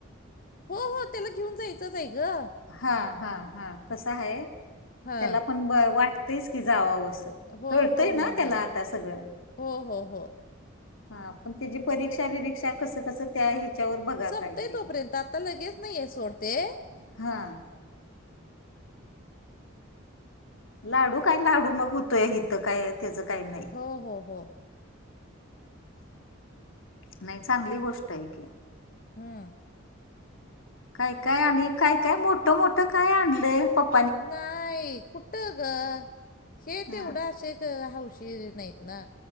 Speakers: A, on the left; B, on the left.
A: हो, हो त्याला घेऊन जायचंच आहे ग!
B: हा, हा, हा कस आहे,
A: हां
B: त्याला पण ब वाटतयचं की, जाववं असं
A: हो
B: कळतयं
A: हो
B: ना,
A: हो
B: त्याला
A: हो
B: आता सगळं.
A: हो हो हो
B: हा, पण त्याची परीक्षा बिरीक्षा कसं, कसं त्या हिच्यावर बघा
A: संपतय
B: काय ते
A: तोपर्यंत आता लगेच नाहिये सोड ते
B: हा! लाडू काय, लाडू मग होतो या इथं काय तेझं काही नाही.
A: हो हो हो
B: नाही चांगली गोष्ट आहे की!
A: हम!
B: काय, काय आणि काय, काय मोठं, मोठं काय आणलंयं. पप
A: नाही.. कुठ ग हे
B: हा,
A: तेवढं अशे त हाऊशी नाहीत ना,